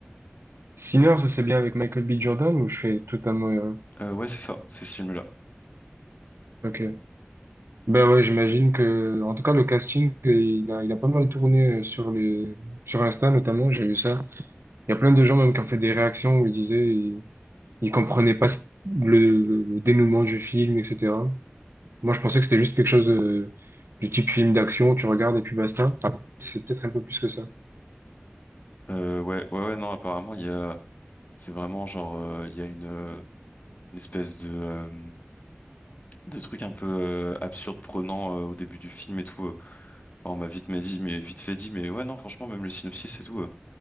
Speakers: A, on the right (about 65°); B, on the left (about 40°).
A: Sinners, c'est bien avec Michael B. Jordan ou je fais totalement erreur?
B: Euh, ouais, c'est ça. C'est ce film-là.
A: Ok. Ben ouais, j'imagine que, en tout cas, le casting, il a, il a pas mal tourné euh, sur les, sur Insta notamment, j'ai vu ça. Il y a plein de gens même qui ont fait des réactions où ils disaient, ils, ils comprenaient pas ce- le, le- le dénouement du film, etc. Moi, je pensais que c'était juste quelque chose de- du type film d'action, tu regardes et puis basta. Ah, C'est peut-être un peu plus que ça.
B: Euh, ouais, ouais, ouais. Non, apparemment, il y a C'est vraiment genre, euh, il y a une, euh, une espèce de, euh, de truc un peu euh, absurde, prenant euh, au début du film et tout. euh. Enfin, on m'a vite, mais dit, mais vite fait dit, mais ouais, non, franchement, même le synopsis et tout, euh,